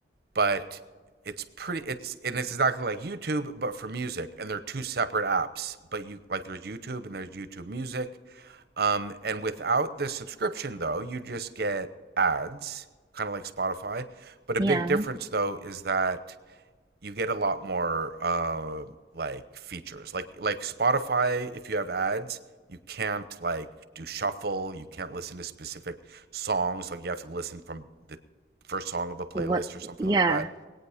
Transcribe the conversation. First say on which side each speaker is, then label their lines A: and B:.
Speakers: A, on the right; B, on the right.
A: but it's pretty it's and it's exactly like YouTube but for music and they're two separate apps but you like there's YouTube and there's YouTube Music um and without the subscription though you just get ads kind of like Spotify but a
B: Yeah.
A: big difference though is that you get a lot more uh, like features like like Spotify if you have ads you can't like do shuffle you can't listen to specific songs like you have to listen from the first song of a playlist
B: What
A: or something
B: yeah.
A: like that